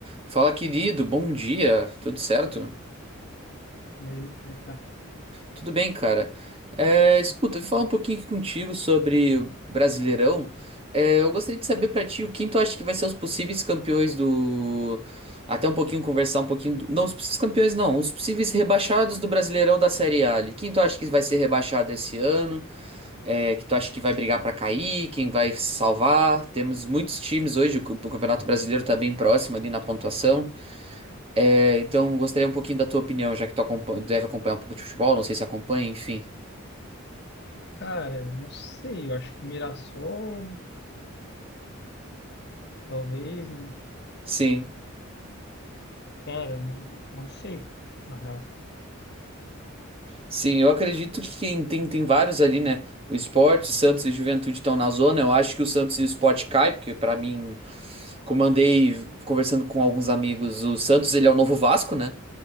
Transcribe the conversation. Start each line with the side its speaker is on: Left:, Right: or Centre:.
Right: Fala, querido, bom dia, tudo certo?
Left: E aí, e aí, como é que tá?
Right: Tudo bem, cara. É, escuta, vou falar um pouquinho aqui contigo sobre o Brasileirão. É, eu gostaria de saber pra ti o quem tu acha que vai ser os possíveis campeões do. Até um pouquinho conversar um pouquinho. do- Não, os possíveis campeões não, os possíveis rebaixados do Brasileirão da Série A. ali. Quem tu acha que vai ser rebaixado esse ano? É, que tu acha que vai brigar pra cair? Quem vai se salvar? Temos muitos times hoje, o o Campeonato Brasileiro tá bem próximo ali na pontuação. É, então, gostaria um pouquinho da tua opinião, já que tu acompa- deve acompanhar um pouco de futebol, não sei se acompanha, enfim.
Left: Cara, não sei, eu acho que Mirassol, talvez, né?
Right: Sim,
Left: Cara, não, não sei, na real.
Right: sim, eu acredito que quem tem, tem vários ali, né? O Sport, o Santos e o Juventude estão na zona. Eu acho que o Santos e o Sport cai, porque pra mim, como andei conversando com alguns amigos, o Santos ele é o novo Vasco, né?